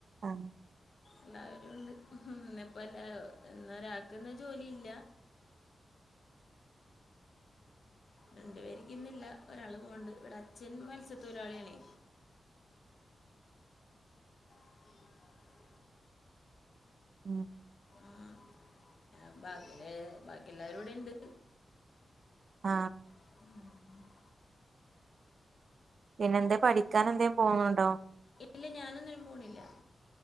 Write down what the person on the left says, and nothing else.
എല്ലാവരുണ്ട് ഹും ഇപ്പല്ല ഇന്നൊരാക്ക്ന്ന് ജോലില്ല രണ്ടുപേരിക്ക്ന്നില്ല ഒരാള് പോണ്ട് ഇവിടെ അച്ഛൻ മത്സ്യത്തൊഴിലാളിയാണേ <inaudible>
ഉം ബാക്കില് ബാക്കി എല്ലാവരും ഇവിടെണ്ട്
<inaudible>
ഇല്ല ഞാനൊന്നിനും പോണില്ല